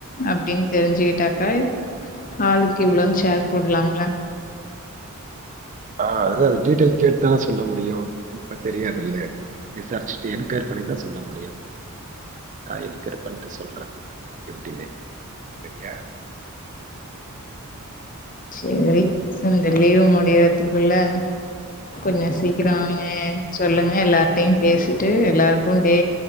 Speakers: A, on the left (about 35°); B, on the right (about 35°).
A: அப்டின் தெரிஞ்சுகிட்டாக்கா ஆளுக்கு இவ்வளோன் ஷேர் போட்லாம்ல
B: ஆ அதுதா அது டீட்டெயில் கேட்டுதான சொல்ல முடியு இப்ப தெரியாதுல்ல விசாரிச்சுட்டு என்கொய்ர் பண்ணிதா சொல்ல முடியு நா என்கொய்ரி பண்ட்டு சொல்றே எப்டின்னு செரியா
A: சேரி இந்த லீவு முடியறதுக்குள்ள கொஞ்ச சீக்கிரமே
B: ம்
A: சொல்லுங்க எல்லார்ட்டயு பேசிட்டு எல்லாருக்கு டே